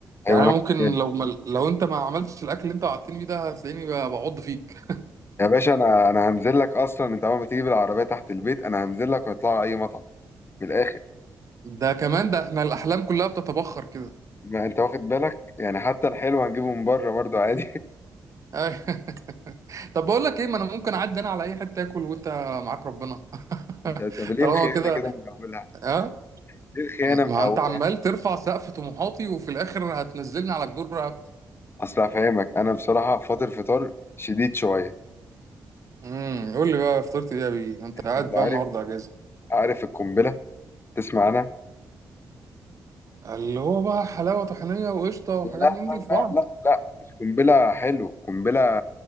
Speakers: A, on the right; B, on the left.
A: يعني
B: ايوه انا
A: أنا
B: واخد
A: ممكن
B: بالي
A: لو ما لو أنت ما عملتش الأكل اللي أنت وعدتني بيه ده هتلاقيني ب- بعض فيك
B: يا باشا انا انا هنزل لك اصلا انت اول ما تيجي بالعربية تحت البيت انا هنزل لك ونطلع على اي مطعم من الاخر
A: ده كمان ده إحنا الأحلام كلها بتتبخر كده
B: ما انت واخد بالك يعني حتى الحلو هنجيبه من بره برضه عادي
A: أيوة. <laughs> طب بقول لك إيه ما أنا ممكن أعدي أنا على أي حتة آكل وأنت معاك ربنا
B: <laughs> انت
A: <laughs>
B: انت ليه
A: طالما
B: الخيانة
A: كده
B: كده من اولها
A: ها
B: دي الخيانة من
A: ما
B: أولها
A: أنت عمال ترفع سقف طموحاتي وفي الآخر هتنزلني على جدور رقبتي
B: أصل هفهمك أنا بصراحة فاطر فطار شديد شوية
A: امم قول لي بقى فطرت إيه يا بيه ما أنت
B: أنت
A: قاعد
B: أنت عارف
A: بقى النهاردة أجازة
B: عارف القنبلة تسمع أنا
A: اللي هو بقى حلاوة طحينية وقشطة وحاجات
B: لا
A: من
B: لا
A: دي في
B: لا
A: بعض
B: لا لا مش قنبلة حلو قنبلة